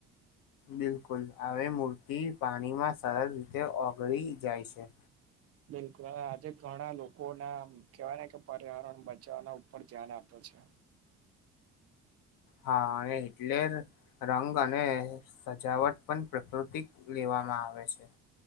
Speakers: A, on the left; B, on the right.
A: બિલકુલ આવી મૂર્તિ પાણીમાં સરળ રીતે ઓગળી જાય છે.
B: બિલકુલ આજે ઘણા લોકો ના કેવાય ને કે પર્યાવરણ બચવાના ઉપર ધ્યાન આપે છે
A: હા અને હિટલેર રંગ અને સજાવટ પણ પ્રકૃતિક લેવામાં આવે છે